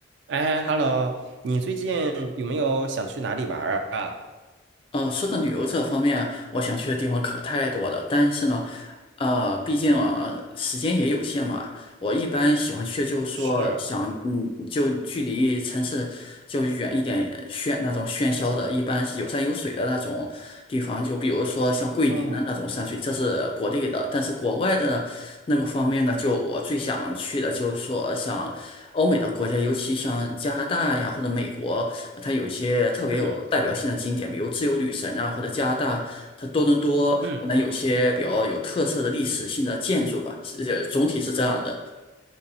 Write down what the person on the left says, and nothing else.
呃，说到旅游这方面，我想去的地方可太多了。但是呢，呃，毕竟啊时间也有限嘛，我一般喜欢去就是说想，
嗯，就距离城市就远一点，喧那种喧嚣的，一般是有山有水的那种地方。就比如说像桂林的那种山水，
这是国内的。但是国外的那个方面呢，就我最想去的就是说像。欧美的国家，尤其像加拿大呀或者美国，它有一些特别有代表性的景点，
比如自由女神啊，或者加拿大它多伦多可能有些比较有特色的历史性的建筑吧，
是呃总体是这样的。